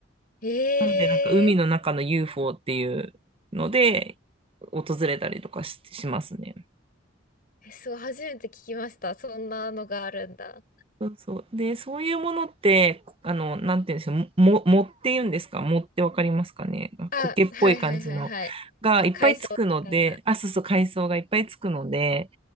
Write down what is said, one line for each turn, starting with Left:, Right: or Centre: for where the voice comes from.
Left: ええ
Right: なんで、なんか海の中の UFO っていうので、訪れたりとかし、しますね。
Left: え、そう、初めて聞きました。そんなのがあるんだ。
Right: そうそう。で、そういうものって、あの、なんて言うんでしょう、も、もって言うんですかもってわかりますかね苔っぽい感じのがいっぱいつくので、
Left: あ、はいはいはいはい。海藻みたいな。
Right: あ、そうそう、海藻がいっぱいつくので、